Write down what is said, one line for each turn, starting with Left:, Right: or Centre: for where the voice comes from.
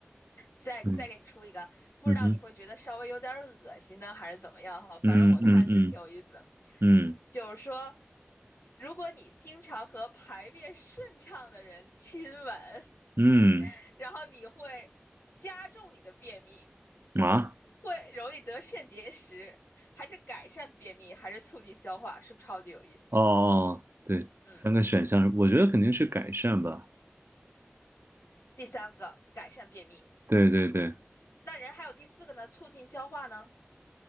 Left: 再再给你出一个，
Right: 嗯
Left: 不知道你会觉得稍微有点儿恶心呢，
Right: 嗯哼，
Left: 还是怎么样哈？反正我看是挺有意思的，
Right: 嗯嗯嗯嗯
Left: 就是说，如果你经常和排便顺畅的人亲吻，
Right: 嗯
Left: <laughs> 然后你会加重你的便秘，
Right: 啊。
Left: 会容易得肾结石，还是改善便秘，还是促进消化？是不是超级有意思？
Right: 哦，哦，对，
Left: 嗯，
Right: 三个选项，我觉得肯定是改善吧。
Left: 第三个改善便秘，
Right: 对对对，
Left: 那人还有第四个呢，促进消化呢？